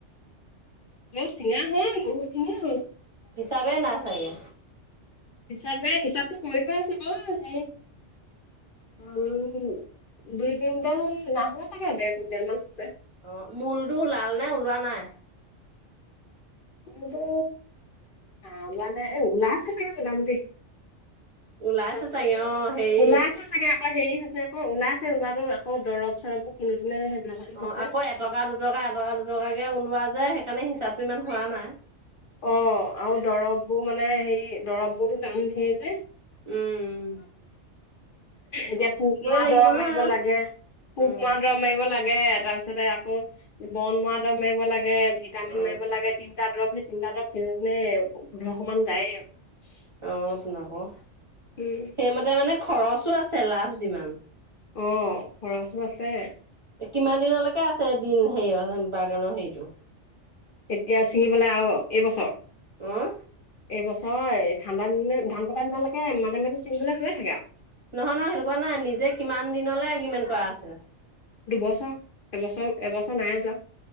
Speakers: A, on the left; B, on the right.
A: এহ ছিঙা হ'ল বহুত খিনিয়ে হ'ল
B: হিচাপে নাই চাগে
A: হিচাপে হিচাপতটো কৰি থোৱা আছে বা সেই উম দুই কুইণ্টেল নাহোৱা চাগে ডেৰ কুইণ্টেল মান হছে
B: অ মূলটো ওলাল নে ওলোৱা নাই
A: মুলটো না ওলোৱা নে এ ওলাছে চাগে জলাম দি
B: ওলাইছে
A: ওলাব
B: চাগে
A: লাগে
B: অ হেৰি
A: ওলাইছে চাগে আকৌ হেৰি হৈছে ক ওলাইছে ওলাতো আকৌ দৰব চৰবো কিনোতেনে সেইবিলাকতো
B: অ
A: গৈছে
B: আকৌ এটকা দুটকা এটকা দুটকাকে ওলোৱা যে সেইকাৰণে হিচাপটো ইমান হোৱা নাই
A: অ আউ দৰৱবোৰ মানে হেই দৰব বোৰতো দাম ধেৰ যে
B: উম উ
A: এতিয়া পোক মৰা
B: লাগিব
A: দৰৱ
B: নহয়
A: মাৰিব
B: আৰু
A: লাগে পোক
B: উম
A: মৰা দৰৱ মাৰিব লাগে তাৰপিছতে আকৌ বন মৱা দৰৱ মাৰিব লাগে ভিটামিন
B: অ
A: মাৰিব লাগে তিনটা দৰৱ সেই তিনিটা দৰৱ কিনোতে পো পোন্ধৰশ মান যায় উম
B: অ তোন আকৌ সেইমতে মানে খৰচো আছে লাভ যিমান
A: অ খৰচো আছে
B: কিমান দিনলৈকে আছে দিন হেৰিয় বাগানৰ হেৰিটো
A: এতিয়া ছিঙিবলে আৱ এইবছ
B: অঁ
A: এই বছৰ এই ঠাণ্ডা দিনত ধান কটা দিনলৈকে মাজে মাজে চিঙিবলে হৈয়ে থাকে আউ
B: নহয় নহয় সেতো কুৱা নাই নিজে কিমান দিনলে এগ্ৰিমেন্ত কৰা আছিলে
A: দুবছ এবছৰ এবছৰ নাই যোৱা